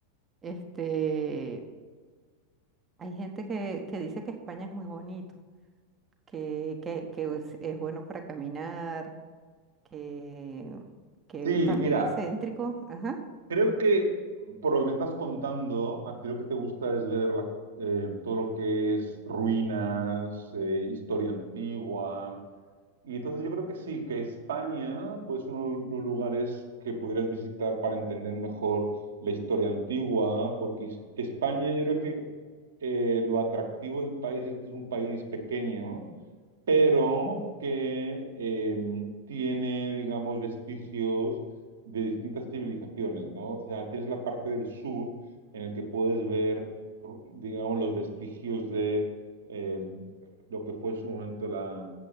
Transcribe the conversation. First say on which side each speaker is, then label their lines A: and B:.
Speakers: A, on the right; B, on the right.
A: Este, hay gente que, que dice que España es muy bonito, que, que, que es, es bueno para caminar, que, que
B: Sí,
A: también
B: mira,
A: es céntrico. Ajá,
B: creo que por lo que me estás contando, a ti lo que te gusta es ver la co- eh, todo lo que es ruinas, eh, historia antigua. Y entonces yo creo que sí, que España, pues uno de los lugares que podrías visitar para entender mejor la historia antigua, porque España yo creo que eh, lo atractivo del país es que es un país pequeño, pero que eh, tiene, digamos, vestigios de distintas civilizaciones, ¿no? O sea, tienes la parte del sur en el que puedes ver, ru- digamos, los vestigios de eh, lo que fue en su momento la